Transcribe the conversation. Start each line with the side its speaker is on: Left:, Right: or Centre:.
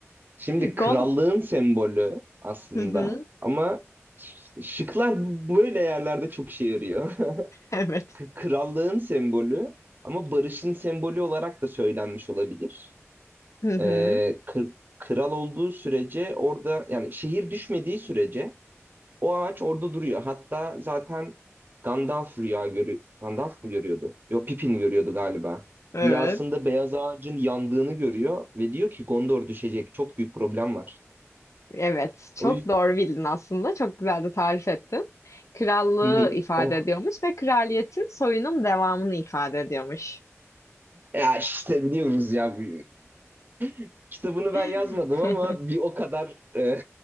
Right: Şimdi krallığın
Left: Gon...
Right: sembolü aslında
Left: Hı hı,
Right: ama işte şıklar böyle yerlerde çok işe yarıyor. <laughs>
Left: Evet.
Right: k- krallığın sembolü ama barışın sembolü olarak da söylenmiş olabilir.
Left: Hı hı,
Right: Ee, kı- kral olduğu sürece orada yani şehir düşmediği sürece o ağaç orada duruyor. Hatta zaten Gandalf rüya görüyor. Gandalf mı görüyordu? Yok Pippin görüyordu galiba.
Left: Evet.
Right: Rüyasında beyaz ağacın yandığını görüyor ve diyor ki Gondor düşecek. Çok büyük problem var.
Left: Evet. Çok
Right: O yüzden
Left: doğru bildin aslında. Çok güzel de tarif ettin. Krallığı
Right: <laughs> Hı hı.
Left: ifade
Right: Oh
Left: ediyormuş ve kraliyetin soyunun devamını ifade ediyormuş.
Right: Ya işte biliyoruz ya. bu- <laughs> Kitabını
Left: <laughs>
Right: ben yazmadım ama bir o kadar e,